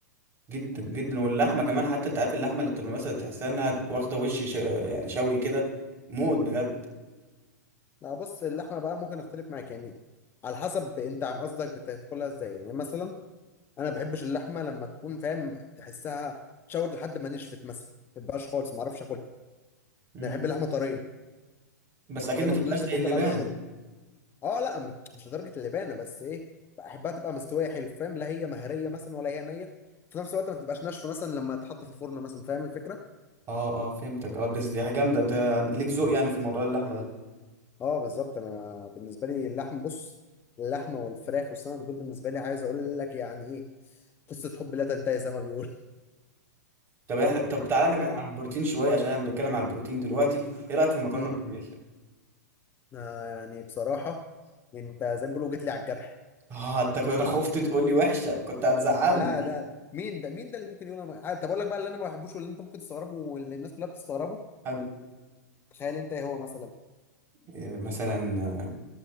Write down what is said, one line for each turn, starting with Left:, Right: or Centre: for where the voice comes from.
Right: جدا جدا واللحمة كمان حتى انت عارف اللحمة اللي بتبقى مثلا تحسها انها واخدة وش ش... يعني شوي كده موت بجد
Left: لا بص اللحمه بقى ممكن اختلف معاك يعني على حسب انت عم قصدك بتاكلها ازاي يعني مثلا انا ما بحبش اللحمه لما تكون فاهم تحسها شوت لحد ما نشفت مثلا ما بتبقاش خالص ما اعرفش اكلها
Right: امم
Left: انا بحب اللحمه طريه
Right: بس اكيد
Left: زي
Right: ما
Left: ما
Right: تبقاش
Left: كنت لسه كنت
Right: زي اللبانة
Left: طالعه من الشرب اه لا م- مش لدرجه اللبانه بس ايه بحبها تبقى مستويه حلو فاهم لا هي مهريه مثلا ولا هي نيه في نفس الوقت ما تبقاش ناشفه مثلا لما تتحط في الفرن مثلا فاهم الفكره
Right: اه اه فهمتك اه بس دي حاجة جامدة انت ليك ذوق يعني في موضوع اللحمة ده
Left: اه بالظبط انا بالنسبه لي اللحم بص اللحمه والفراخ والسمك دول بالنسبه لي عايز اقول لك يعني ايه قصه حب لا تنتهي زي ما بيقول
Right: طب إحنا- طب تعالى نبعد
Left: <laughs>
Right: عن البروتين شوية عشان احنا بنتكلم عن البروتين دلوقتي ايه رأيك في المكرونة
Left: امم
Right: بالبشاميل
Left: آه يعني بصراحه انت زي ما بيقولوا جيت لي على الجرح
Right: اه انت كنت خفت تقول لي وحشه كنت هتزعلني
Left: لا ده مين ده مين ده اللي ممكن يقول انا ما- آه، طب اقول لك بقى اللي انا ما بحبوش واللي انت ممكن تستغربه واللي الناس كلها بتستغربه
Right: حلو
Left: تخيل انت ايه هو مثلا
Right: إيه مثلا آه،